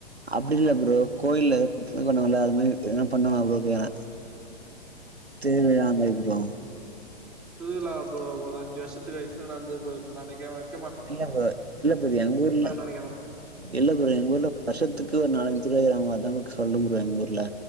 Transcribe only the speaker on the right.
அப்டி இல்ல ப்ரோ கோயில இது பண்ணாங்கல்ல அது மாரி எதுனா பண்ணனா ப்ரோ கேக்குற தேவையான <unintelligible>
இல்ல புரோ இல்ல ப்ரோ எங்க ஊர்ல
இல்ல ப்ரோ எங்க ஊர்ல வருஷத்துக்கு ஒரு நாலஞ்சு <unintelligible> அதா ப்ரோ சொல்லு ப்ரோ எங்க ஊர்ல